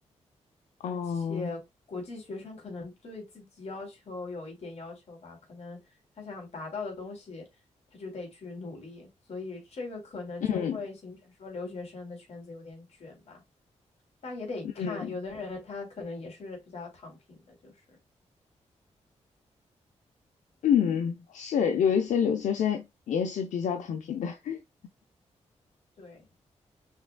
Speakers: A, on the left; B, on the left.
A: 哦，
B: 而且国际学生可能对自己要求有一点要求吧，可能他想达到的东西，他就得去努力，所以这个可能就会形成说留学生的圈子有点卷吧，
A: 嗯
B: 但也得看，
A: 嗯。
B: 有的人他可能也是比较躺平的，就是
A: 嗯，是有一些留学生也是比较躺平的，<laughs>
B: 对，